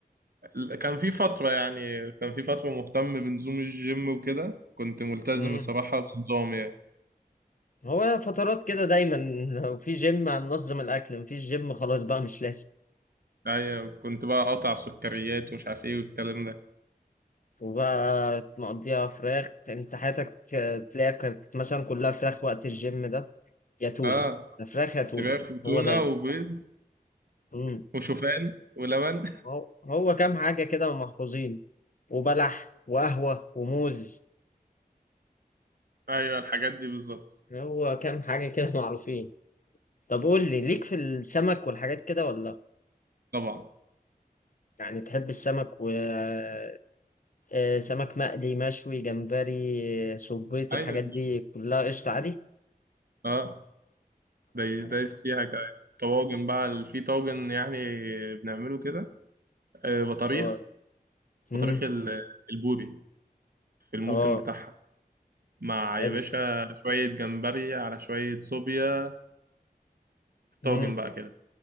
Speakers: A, on the right; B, on the left.
A: ال- كان في فتره يعني كان في فتره مهتم بنظام الجيم وكده كنت ملتزم
B: مم.
A: الصراحه بنظام يعني
B: هو فترات كده دايما <laughs> لو في جيم هننظم الاكل مفيش جيم خلاص بقى مش لازم
A: ايوه كنت بقى قاطع سكريات ومش عارف ايه والكلام ده
B: وبقى مقضيها فراخ انت حياتك آه، تلاقيها كانت مثلا كلها فراخ وقت الجيم ده يا تونة
A: اه
B: يا فراخ يا تونة
A: فراخ وتونة
B: هو دايما
A: وبيض
B: مم.
A: وشوفان ولبن
B: هو هو كام حاجة كده محفوظين وبلح وقهوة وموز
A: <laughs> ايوه الحاجات دي بالظبط
B: هو كام حاجة كده <laughs> معروفين طب قول لي ليك في السمك والحاجات كده ولا لأ؟
A: طبعا
B: يعني بتحب السمك و آه، آه، سمك مقلي مشوي جمبري آه، صبيط
A: ايوه
B: الحاجات
A: مش-
B: دي كلها قشطة عادي
A: اه ده
B: حاجات
A: دايس فيها كمان طواجن بقى ال- في طاجن يعني بنعمله كده آه بطاريخ
B: اه امم
A: بطاريخ ال- البوري في الموسم
B: اه
A: بتاعها مع
B: حلو
A: يا باشا شوية جمبري على شوية صوبيا طاجن
B: امم
A: بقى كده